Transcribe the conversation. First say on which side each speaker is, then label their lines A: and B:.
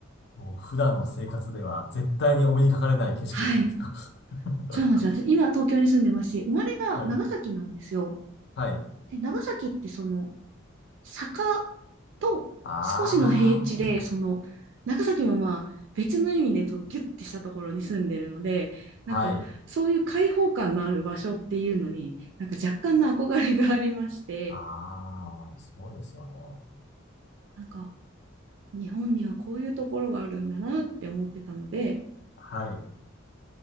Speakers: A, on the left; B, on the right.
A: もう普段の生活では絶対にお目にかかれない景色ですね、
B: はい。
A: きっと。
B: そうなんですよ。
A: <laughs>
B: 私今東京に住んでますし、生まれが長崎なんですよ。
A: はい、はい、
B: で、長崎ってその、坂と少しの平地で、
A: あ
B: その、長崎もまあ、別の意味でとギュッてしたところに住んでるので、なんかそういう開放感のある場所っていうのに、
A: ー、はい、
B: なんか若干の憧れがありまして、
A: あー、そうですよね。
B: なんか日本にはこういうところがあるんだなって思ってたので、
A: はい。